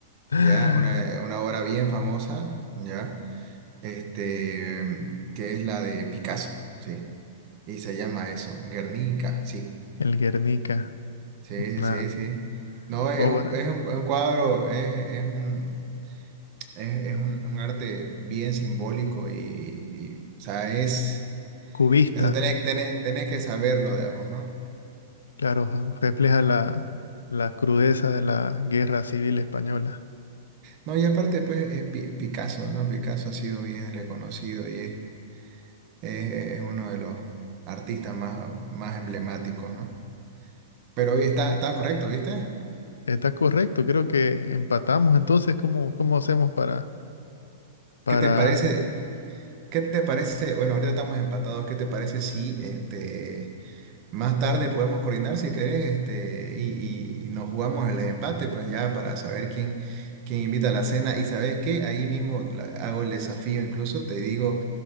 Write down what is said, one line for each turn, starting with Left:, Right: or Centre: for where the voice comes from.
Left: <gasps>
Right: ya, una,
Left: <laughs>
Right: una obra bien famosa, ya, este, mm, que es la de Picasso, ¿sí? Y se llama eso, Guernica, sí,
Left: El Guernica,
Right: sí,
Left: una
Right: sí, sí, sí. No, es
Left: obra
Right: un, es un, es un cuadro, es, es un, es, es un, un arte bien simbólico y, y- y, o sea, es,
Left: cubista.
Right: eso tenés, tenés, tenés que saberlo, digamos, ¿no?
Left: Claro, ja, refleja la, la crudeza de la guerra civil española.
Right: No, y aparte, pues, es Pi- Picasso, ¿no? Picasso ha sido bien reconocido y es, es, es uno de los artistas más, más emblemáticos, ¿no? Pero hoy está, está correcto, ¿viste?
Left: Está correcto, creo que empatamos. Entonces, ¿cómo, cómo hacemos para, para...
Right: ¿Qué te parece? ¿Qué te parece? Bueno, ahorita estamos empatados. ¿Qué te parece si este, más tarde podemos coordinar si querés este, y, y nos jugamos el empate? Pues ya para saber quién, quién invita a la cena. Y sabes qué, ahí mismo la- hago el desafío, incluso te digo